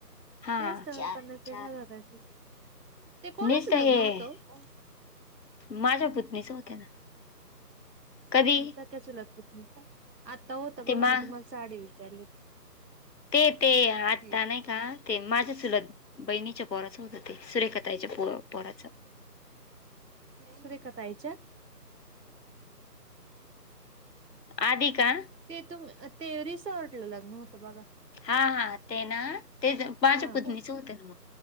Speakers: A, on the left; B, on the right.
A: हा
B: तेच तर
A: चार
B: पन्नासच्या
A: चार
B: घरात जाते, ते कोणाच
A: नीसत
B: लग्न
A: हे
B: होत?
A: माझ्या पुत्नीच होत्या ना. कधी
B: म्हणजे सख्या चुलत पुतनीच आता होत बघा
A: ते मा
B: मी तुम्हाला साडी विचारली,
A: ते ते
B: होती.
A: आत्ता नाही का ते माझ्या चुलत बहिणीच्या पोराचं होतं ते सुरेखा ताईच्या पो पोराच.
B: सुरेखाताईच्या,
A: आधी का,
B: ते तुम ते रिसॉर्टला लग्न होतं बघा
A: हा हा ते ना ते बाच्या
B: हा
A: पुतनीच होते ना मग,